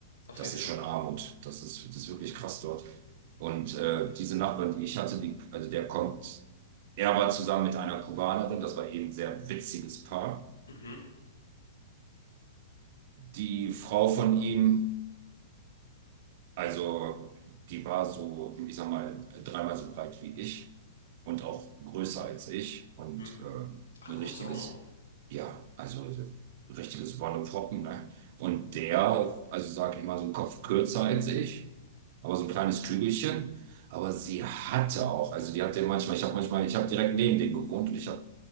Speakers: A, on the left; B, on the right.
A: Auf
B: das
A: jeden Fall.
B: ist schon Armut. Das ist, das ist wirklich krass dort. Und äh, diese Nachbarin, die ich hatte, die, also der kommt, er war zusammen mit einer Kubanerin, das war eben ein sehr witziges Paar.
A: Mhm.
B: Die Frau von ihm, also die war so, ich sag mal, dreimal so breit wie ich und auch größer als ich und
A: Mhm.
B: äh, ein
A: Ach, Größe
B: richtiges,
A: auch noch.
B: ja, also ein richtiges Wonneproppen, ne? Und der, also sag ich mal, so einen Kopf kürzer als ich aber so ein kleines Kügelchen. Aber sie hatte auch, also die hat den manchmal, ich habe manchmal, ich habe direkt neben den gewohnt und ich habe